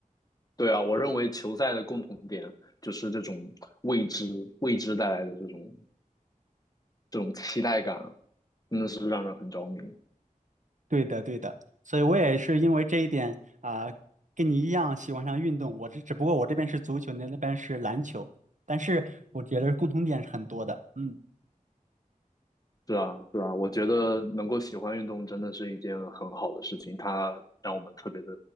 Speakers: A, on the left; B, on the right.
A: 对啊，我认为球赛的共同点就是这种未知、未知带来的这种这种期待感，真的是让人很着迷。
B: 对的，对的。所以我也是因为这一点啊，跟你一样喜欢上运动。我这只不过我这边是足球，你那边是篮球，但是我觉得共同点是很多的。嗯
A: 是啊，对啊，我觉得能够喜欢运动真的是一件很好的事情，它让我们特别的